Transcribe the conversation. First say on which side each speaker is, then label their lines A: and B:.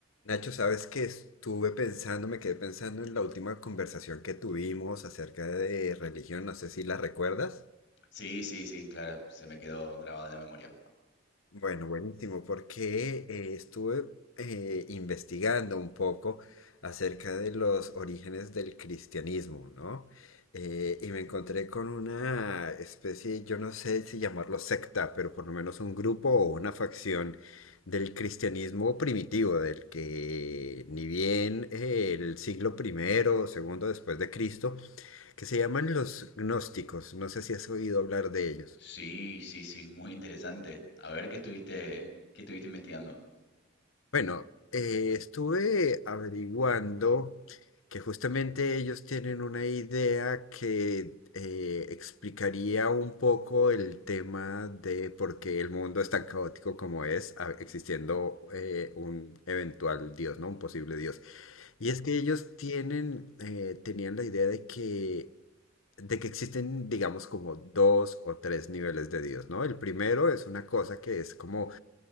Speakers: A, on the left; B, on the left.
A: Nacho, sabes que estuve pensando, me quedé pensando en la última conversación que tuvimos acerca de religión, no sé si la recuerdas.
B: Sí, sí, sí, claro, se me quedó grabado en la memoria.
A: Bueno, buenísimo, porque eh, estuve eh, investigando un poco acerca de los orígenes del cristianismo, ¿no? Eh, y me encontré con una especie, yo no sé si llamarlo secta, pero por lo menos un grupo o una facción del cristianismo primitivo, del que ni bien eh, el siglo primero o segundo después de Cristo, que se llaman los gnósticos. No sé si has oído hablar de ellos.
B: Sí, sí, sí, muy interesante. A ver, ¿qué estuviste, qué estuviste investigando?
A: Bueno, eh, estuve averiguando que justamente ellos tienen una idea que eh, explicaría un poco el tema de por qué el mundo es tan caótico como es, a-
B: Mm.
A: existiendo eh, un eventual Dios, ¿no? Un posible Dios. Y es que ellos tienen, eh, tenían la idea de que, de que existen, digamos, como dos o tres niveles de Dios, ¿no? El primero es una cosa que es como